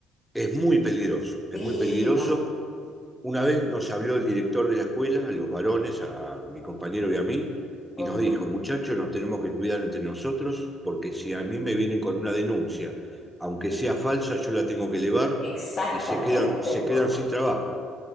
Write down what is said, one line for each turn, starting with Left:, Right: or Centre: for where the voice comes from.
Centre: Es muy peligroso, es
Left: Sí,
Centre: muy peligroso.
Left: no.
Centre: Una vez nos habló el director de la escuela, a los varones, a mi compañero y a mí, y
Left: Ujú.
Centre: nos dijo, muchachos, nos tenemos que cuidar entre nosotros, porque si a mí me vienen con una denuncia, aunque sea falsa, yo la tengo que elevar
Left: Exactamente,
Centre: y se quedan, se quedan
Left: po.
Centre: sin trabajo,